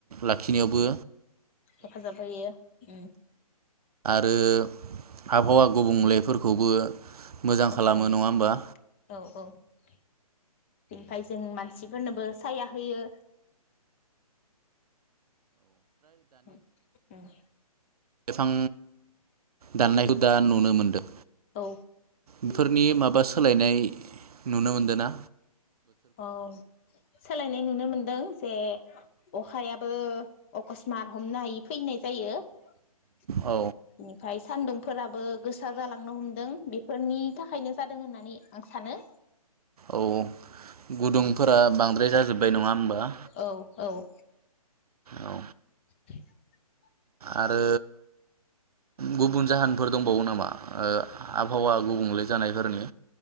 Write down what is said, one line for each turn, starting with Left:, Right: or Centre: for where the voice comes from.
Right: लाखिनायावबो
Left: हेफाजाब होयो उम
Right: आरो आबहावा गुबुंलेफोरखौबो मोजां
Left: होबथायो
Right: खालामो नंङा होमबा?
Left: औ औ ओमफाय जों मानसिफोरनोबो साया होयो। उम उम
Right: बिफां दाननायखौ दा नुनो मोनदों।
Left: औ
Right: बेफोरनि माब बा सोलायनाय नुनो मोनदों ना?
Left: औ सोलायनाय नुनो मोनदों जे अखायाबो अकसमाथ हमनो हायि फैनाय जायो। बेनिफ्राय
Right: औ
Left: सानदुंफोराबो गोसा जलां थांनो हमदों बेफोरनि थाखायनो जादों होननानै आं सानो।
Right: औ। गुदुंफोरा बांद्राय जाजोब ओमफ्राय नंङा होमबा?
Left: औ औ।
Right: औ
Left: <inaudible>
Right: आरो गुबुन जाहोनफोर दंबावो नामा ओ आबहावा गुबुंले जानायफोरनि